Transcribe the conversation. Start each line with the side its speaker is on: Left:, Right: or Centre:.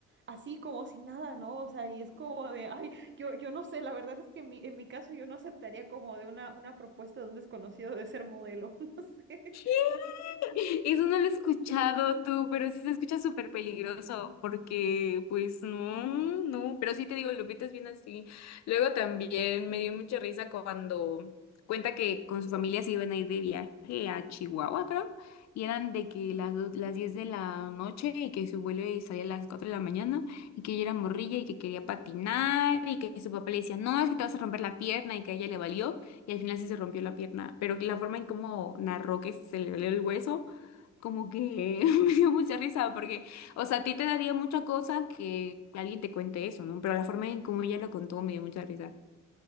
Right: Así como si nada, ¿no? O sea, y es como de, ay, yo, yo no sé, la verdad es que en mi, en mi caso yo no aceptaría como de una, una propuesta de un desconocido de ser modelo, <laughs> no sé.
Left: Sí. <laughs> Eso no lo he escuchado tú, pero sí se escucha súper peligroso, porque pues no, no, pero sí te digo, Lupita es bien así. Luego también me dio mucha risa cuando cuenta que con su familia se iban a ir de viaje a Chihuahua, creo, y eran de que las, do- las 10 de la noche y que su vuelo y salía a las 4 de la mañana y que ella era morrilla y que quería patinar y que su papá le decía, no, es que te vas a romper la pierna y que a ella le valió y al final sí se rompió la pierna, pero la forma en cómo narró que se le valió el hueso como que <laughs> me dio mucha risa porque, o sea, a ti te daría mucha cosa que alguien te cuente eso, ¿no? Pero la forma en cómo ella lo contó me dio mucha risa.